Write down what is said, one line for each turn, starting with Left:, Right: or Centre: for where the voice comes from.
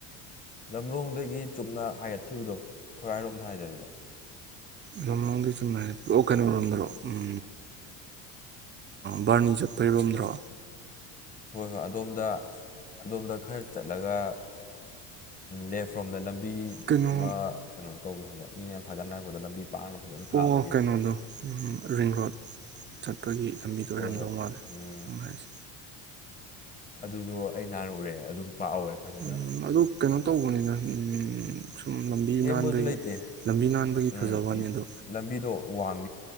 Left: ꯂꯝꯂꯣꯡꯗꯒꯤ ꯆꯨꯞꯅ ꯍꯥꯏꯒꯠꯈꯤꯕꯗꯣ ꯈꯨꯔꯥꯏꯔꯣꯝꯗ ꯍꯥꯏꯗꯕꯤꯗ
Right: ꯆꯨꯝ ꯑꯣ ꯀꯩꯅꯗꯔꯣ ꯎꯝ ꯕꯥꯔꯅꯤ ꯆꯠꯄꯩꯔꯣꯝꯗ꯭ꯔꯣ
Left: ꯍꯣꯏ ꯍꯣꯏ ꯑꯗꯣꯝꯗ ꯑꯗꯣꯝꯗ ꯈꯔ ꯆꯠꯂꯒ ꯂꯦꯐ ꯔꯣꯝꯗ ꯂꯝꯕꯤ
Right: ꯀꯩꯅꯣ
Left: ꯑꯃ ꯀꯩꯅꯣ ꯇꯧꯕ ꯈꯕ꯭ꯔꯥ ꯃꯤꯅ ꯌꯥꯝ ꯊꯥꯒꯠꯅꯔꯛꯄꯗ ꯂꯝꯕꯤ ꯄꯥꯛꯅ ꯐꯖꯅ ꯊꯥꯕꯒꯤ
Right: ꯑꯣ ꯀꯩꯅꯣꯗꯣ ꯔꯤꯡ ꯔꯣꯗ ꯆꯠ ꯑꯩꯈꯣꯏꯒꯤ ꯂꯝꯕꯤꯗꯣ ꯑꯣꯏꯔꯝꯗꯧ
Left: ꯍꯣꯏ ꯍꯣꯏ
Right: ꯃꯥꯜꯂꯦ
Left: ꯎꯝ
Right: ꯅꯨꯡꯉꯥꯏꯔꯤꯁꯦ
Left: ꯑꯗꯨꯁꯨ ꯑꯩ ꯅꯥꯔꯛꯎꯨꯔꯦ ꯑꯗꯨꯝ ꯄꯥꯛꯍꯧꯋꯦ ꯐꯖꯅ
Right: ꯎꯝ ꯑꯗꯨ ꯀꯩꯅꯣ ꯇꯧꯕꯅꯤꯅ ꯁꯨꯝ ꯂꯝꯕꯤ
Left: ꯀꯦꯝꯕꯨꯗꯤ
Right: ꯅꯥꯟꯕꯒꯤ
Left: ꯂꯩꯇꯦ
Right: ꯂꯝꯕꯤ ꯅꯥꯟꯕꯒꯤ
Left: ꯎꯝ
Right: ꯐꯖꯕꯅꯤ
Left: ꯏ-
Right: ꯑꯗꯣ
Left: ꯂꯝꯕꯤꯗꯣ ꯋꯥꯡꯉꯦ